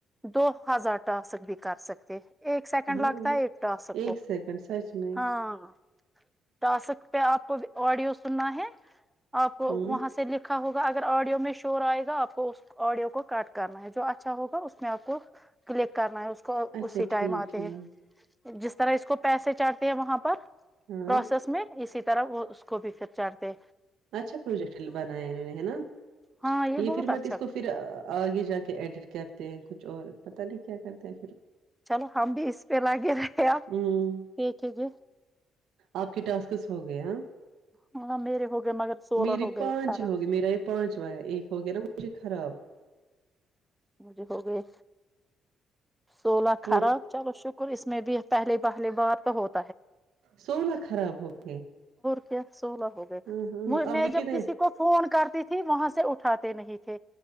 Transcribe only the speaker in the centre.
دو ہزار ٹاسک بھی کر سکتے ایک سیکنڈ
لگتا ہے ایک تو آ سکو
ہاں تاسک پہ آپ کو آڈیو سننا ہے آپ کو
وہاں سے لکھ ہوگا آڈیو میں شور آئے گا آپ کو آڈیو کو کٹ کرنا ہے جو اچھا ہوگا اس میں آپ کو کلک کرنا ہے اس کو
اسی
ٹائم آتے
ہیں جس طرح اس کو پیسے چڑھتے ہیں وہاں پر
پروسیس میں اسی طرح وہ اس کو بھی پھر چڑتے
ہاں
بہت
اچھا
چلو ہم بھی اس پہ لگے رہ
ایک جی <unintelligible>
ہاں میرے ہو گئے مگر سولہ
ہو گئے
خراب
مجھے ہو گئے سولہ
خراب چلو شکہ اور اس میں بھی پہلے پہلے بار توہت
اچ <inaudible> سولہ ہو گئے
میں
جب
کسی کو فون کرتی تھی وہاں سے اٹھاتے نہیں تھے